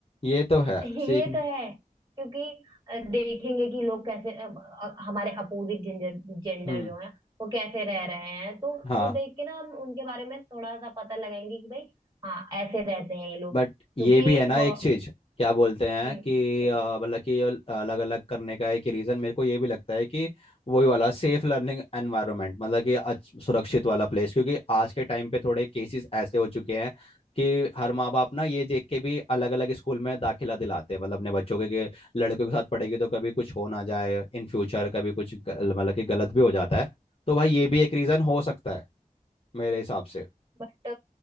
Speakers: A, on the left; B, on the right.
A: ये तो है
B: ये
A: सीख
B: तो है क्योंकि अ, देखेंगे कि लोग कैसे अ, अ, हमारे अपोजिट जेंडर जेंडर
A: हम्म
B: जो है वो कैसे रह रहे हैं तो
A: हाँ
B: वो देख के ना हम उनके बारे में थोड़ा सा पता लगाएंगे कि भाई हाँ ऐसे रहते हैं ये लोग
A: बट
B: क्योंकि
A: ये भी है ना
B: बहुत
A: एक चीज क्या बोलते हैं
B: हम्म
A: कि
B: क्या
A: अ, मतलब कि अलग अलग करने का एक रीजन मेरे को ये भी लगता है कि वही वाला सेफ लर्निंग एनवायरनमेंट मतलब कि अच्छ- सुरक्षित वाला प्लेस क्योंकि आज के टाइम पे थोड़े केसेस ऐसे हो चुके हैं कि हर माँ बाप ना ये देख के भी अलग अलग स्कूल में दाखिला दिलाते हैं मतलब अपने बच्चों के, के लड़कों के साथ पढ़ेगी तो कभी कुछ हो ना जाए इन फ्यूचर कभी कुछ गल- मतलब कि गलत भी हो जाता है तो भाई ये भी एक रीजन हो सकता है मेरे हिसाब से
B: बट